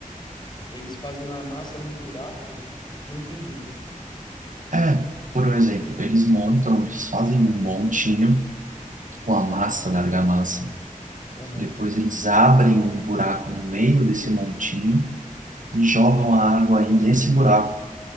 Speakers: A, on the left; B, on the right.
A: Eles fazem a massa num buraco? Não entendi.
B: É, por um exemplo, eles montam, eles fazem um montinho com a massa da argamassa.
A: Aham.
B: Depois eles abrem um buraco no meio desse montinho e jogam a água aí nesse buraco.